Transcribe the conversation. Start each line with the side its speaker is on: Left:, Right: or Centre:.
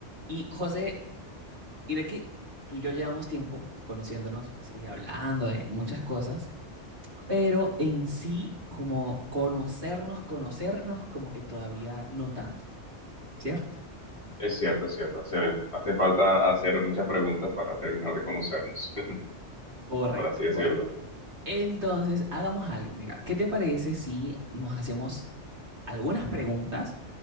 Right: Y José, mira que tú y yo llevamos tiempo conociéndonos, sí, hablando de muchas cosas, pero en sí, como conocernos, conocernos, como que todavía no tanto, ¿cierto?
Left: Es cierto, es cierto. Hace, hace falta hacer muchas preguntas para terminar de conocernos, <laughs>
Right: Correcto,
Left: por así decirlo.
Right: correcto. Entonces, hagamos algo, mira, ¿qué te parece si nos hacemos algunas preguntas